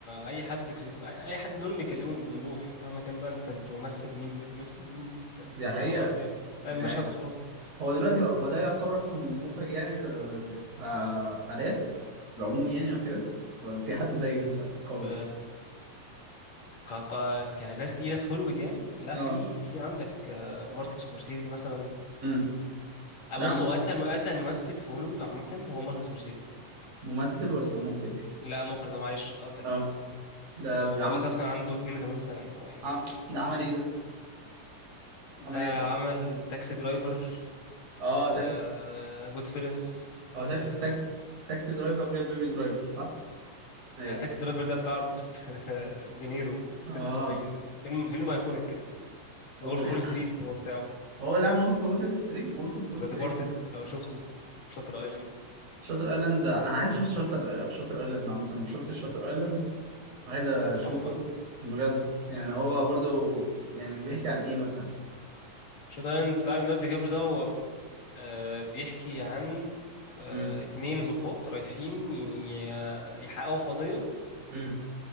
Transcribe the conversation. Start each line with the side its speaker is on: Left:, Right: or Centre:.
Left: اي حد ك- اي حد من دول بيكلمه بيروح مهما كان بقى انت انت ممثل مين مش ممثل مين مين انت بت-
Right: دي حقيقة
Left: خلاص يعني تعمل
Right: دي
Left: مشهد
Right: حقيقة
Left: وخلاص
Right: هو دلوقتي هو ده يعتبر أحسن مخرج يعني ده- آه، حاليا العموم يعني أو كده ولا في حد زيه مثلا قوي
Left: ف- ك... ك... كناس تقيلة في هوليوود يعني لا
Right: اه
Left: في في عندك آه، مارتن سكورسيزي مثلا
Right: امم
Left: آه،
Right: ده
Left: بص
Right: عم
Left: هو قتل قتل ممثل في هوليوود عامة هو مارتن سكورسيزي
Right: ممثل ولا مخرج؟
Left: لا مخرج معلش آه، قتل
Right: اه
Left: مخرج
Right: ده
Left: هو
Right: عم...
Left: دلوقتي أصلا عنده 82 سنة يعني هو يعني
Right: عم... ده
Left: كبر
Right: عمل ايه ده؟
Left: ده
Right: عمل ايه قبلك؟
Left: عمل تاكسي درايفر
Right: اه
Left: آه
Right: تاكسي
Left: جود فيلس
Right: هو
Left: آه
Right: تاك... تاك... تاكسي درايفر غير بيبي درايفر صح؟ ايوه
Left: لا تاكسي درايفر ده بتاع روبرت <laughs> دينيرو
Right: اه
Left: 76 فيلم فيلم أيكونيك كده وولف
Right: هو الحق
Left: فول ستريت هو بتاعه
Right: هو اللي عمل وولف اوف وول ستريت وولف اوف وول
Left: ده
Right: ستريت
Left: ديبارتد لو شفته شاتر ايلاند
Right: شاتر ايلاند انا عايز اشوف شاتر شاتر ايلاند عامة انا مش شفتش شاتر ايلاند عايز اشوفه
Left: تحفة
Right: بجد يعني هو برضو يعني بيحكي عن ايه مثلا
Left: شاتر ايلاند بتاع ليوناردو دي كابريو ده هو آه، بيحكي عن آه،
Right: امم
Left: اتنين ضباط رايحين ي- يحققوا في قضية
Right: امم